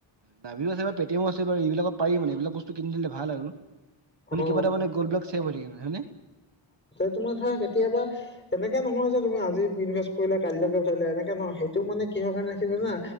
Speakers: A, on the right; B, on the left.
A: নাবীও আছে পেটিএমো আছে বা এইবিলাক পাৰি মান এইবিলাক বস্তু কিনিলে ভাল আৰু মানে
B: অ
A: কিবাটা মানে গ'ল বিলাক ছেভ হৈ থাকে হয় নে
B: ত তোমাৰ ধৰা কেতিয়াবা তেনেকে নহয় যে তুমি আজি ইনভেষ্ট কৰিলা কাইলৈকে ঘোৰাই দিলাএনেকে নহয় সেইটো মানে কিহৰ কাৰণে
A: হয়
B: ৰাখিব জানা